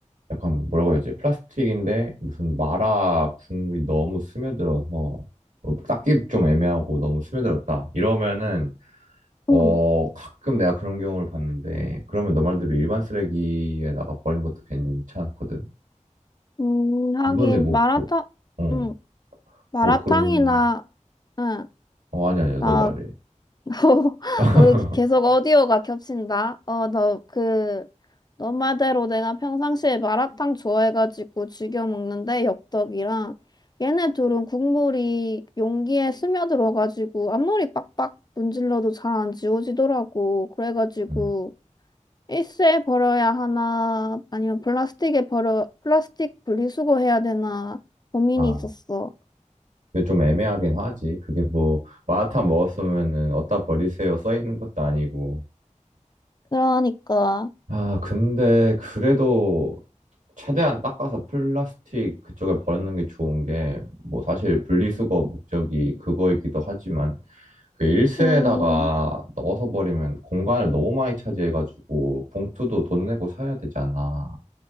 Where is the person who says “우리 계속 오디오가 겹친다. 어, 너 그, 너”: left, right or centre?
Left